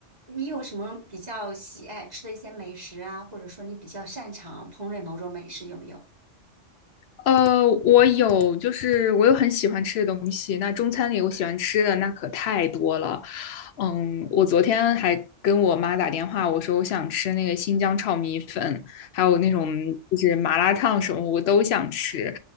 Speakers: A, on the right; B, on the left.
A: 你有什么比较喜爱吃的一些美食啊，或者说你比较擅长烹饪某种美食，有没有？
B: 呃，我有，就是我有很喜欢吃的东西。那中餐里我喜欢吃的那可太多了。嗯，我昨天还跟我妈打电话，我说我想吃那个新疆炒米粉，还有那种就是麻辣烫什么，我都想吃。